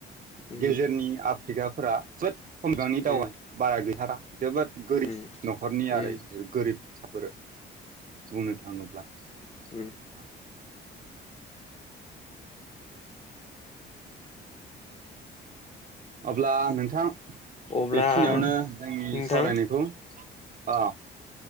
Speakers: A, on the left (about 35°); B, on the right (about 45°).
A: उम
B: गेजेरनि आफ्रिकाफोरा जोबोद खमबांनि दावगानाय।
A: उम
B: बारा गैथारा। जोबोद गोरिब
A: उम
B: न'खरनि
A: उम
B: आरो बिसोर गोरिबफोर बुंनो थाङोब्ला नोंथां।
A: उम
B: अब्ला नोंथां
A: अब्ला
B: बेखिनियावनो जोंनि
A: नोंथां
B: सावरायनायखौ औ